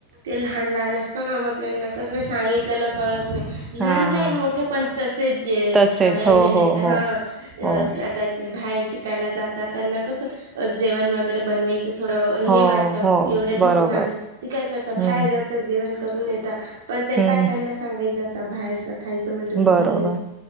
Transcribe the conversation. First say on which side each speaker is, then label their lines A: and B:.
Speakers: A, on the right; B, on the right.
A: ते लहान लहान असत ना, मग त्यांना कसं सांगितलेलं कळत नाही.
B: हां.
A: लहान काय मो ठे पण तसेच जे
B: तसेच
A: सांगायला
B: हो
A: गेले
B: हो
A: तर
B: हो
A: हा,
B: हो
A: आता बाहेर शिकायला जातात त्यांना, कसं जेवण वगैरे बनवायचं. थोडं हे
B: हो
A: वाटत एवढे
B: हो बरोबर
A: थकून आले, ती काय करता
B: हम्म
A: बाहेर जात जेवण करून येेता. पण ते
B: हम्म
A: काय त्यांना सांगायचं आता, बाहेरच खायचं म्हणजे खूप
B: बरोबर
A: हे,